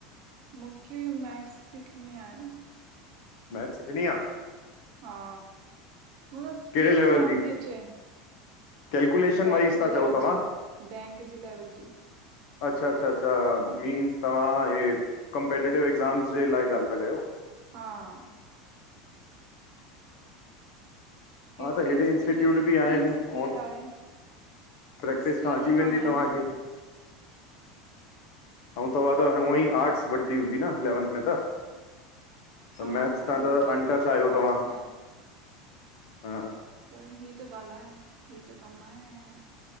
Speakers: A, on the right; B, on the left.
A: मुखे मैक्स सिखणी आहे।
B: म्याथ सिखणी आ?
A: हा लो स्पीड
B: कहिड़े लेवल
A: कानथी
B: जी
A: अचे।
B: कैलकुलेशन
A: बैंक
B: वाइस
A: जे
B: था
A: लेवल
B: चओ तव्हां?
A: जी बैंक जे लेवल जी।
B: अच्छा अच्छा अच्छा मीन्स तंवा हे। कंपेटेटिव एक्ज़ामस जे लाइ ॻाल था कयो?
A: हा। हेतिरी
B: हा त हेॾे
A: स्पीड
B: इंस्टीट्यूट
A: एतिरी
B: बि आहे नी
A: स्पीड
B: ऑन।
A: आहे
B: प्रैक्टिस
A: स्पीड
B: खां अची वेंदी
A: कान आहे
B: तव्हांखे।
A: न
B: आऊ तंवा त हूअं ई आर्टस वठिं हूंदी न इलैवंथ में त? त
A: हा
B: मैथ्स
A: मूंखे
B: त
A: मूंखे
B: त अंटा
A: बसि
B: चाह्यो
A: आर्ट्स
B: तव्हां।
A: ई आहे
B: हा हम्म
A: त ही त ग़ालायां हि त कमायांय।